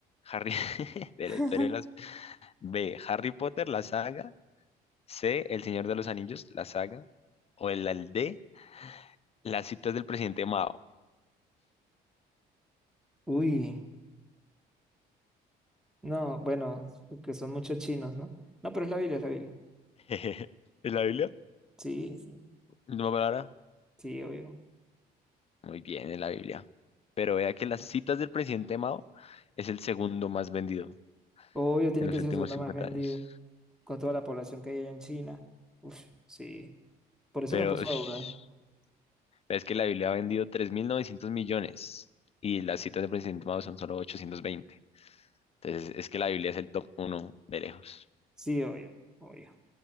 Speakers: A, on the left (about 35°); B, in the centre.
A: Harry, <laughs> espere,
B: <laughs>
A: espere las- B. Harry Potter, la saga. C. El Señor de los Anillos, la saga. O el, el D. Las citas del presidente Mao.
B: Uy. No, bueno, que son muchos chinos, ¿no? No, pero es la Biblia, es la Biblia.
A: <laughs> ¿En la Biblia?
B: Sí, sí.
A: Última palabra.
B: Sí, obvio.
A: Muy bien, en la Biblia. Pero vea que las citas del presidente Mao es el segundo más vendido
B: Obvio, tiene
A: en los
B: que ser
A: últimos
B: el segundo
A: 50
B: más vendido
A: años.
B: con toda la población que hay allá en China. Uf, sí. Por eso
A: Pero
B: me puso
A: ush,
B: a dudar.
A: es que la Biblia ha vendido 3.900 millones y las citas del presidente Mao son solo 820. Entonces es que la Biblia es el top uno de lejos.
B: Sí, obvio, obvio.